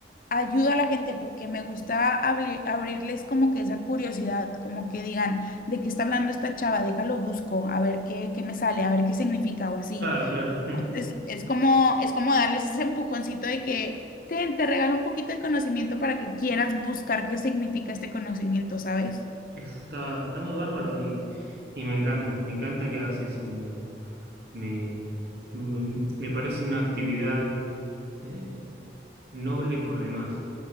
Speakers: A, on the left; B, on the right.
A: ayuda a la gente porque me gusta abri- abrirles como que esa curiosidad, como que digan, ¿de qué está hablando esta chava? Déjalo busco, a ver qué, qué me sale, a ver qué significa o así.
B: Claro, claro. Mm.
A: Es, es como, es como darles ese empujoncito de que "Ten, te regalo un poquito de conocimiento para que quieras buscar qué significa este conocimiento, ¿sabes?
B: Eso está, está muy bárbaro y, y me encanta, me encanta que hagas eso. Me, me, me- me parece una actividad eh, noble por demás.